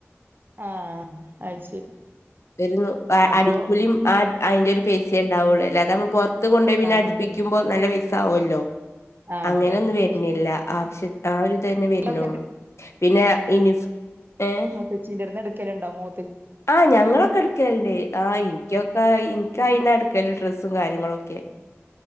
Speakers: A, on the right (about 45°); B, on the left (about 65°).
A: ആഹ് അയ് ശരി.
B: ഒരു
A: അപ്പൊ
B: അടിക്കൂലിം ആ അയിന്റെ ഒരു പൈസ്യേ ണ്ടാവുള്ളൂ അല്ലാതെ അമ്മൾ പൊർ ത്ത് കൊണ്ടോയി പിന്നെ
A: ആഹ്
B: അട്പ്പിക്കുമ്പോ
A: അതെ
B: നല്ല പൈസ ആവുല്ലോ
A: ആഹ്
B: അങ്ങനെന്നും
A: അതെ അതെ
B: വര്ന്നില്ല
A: നീ
B: ആവശ്യ ആഹ് ഒരു ഇതന്നെ വര്നൊള്ളൂ
A: നീയൊക്കെണ്ട്
B: പിന്നെ യുനിഫ്‌ ഏഹ്.
A: ചേച്ചിന്റേട്ക്കലുണ്ടോ മൊ
B: ആഹ് ഞങ്ങളൊക്കെ എട്ക്കൽണ്ട് ആഹ് ഇൻക്കൊക്കെ എനിക്കയിന്ന എടുക്കല്ല ഡ്രസ്സും കാര്യങ്ങളൊക്കെ-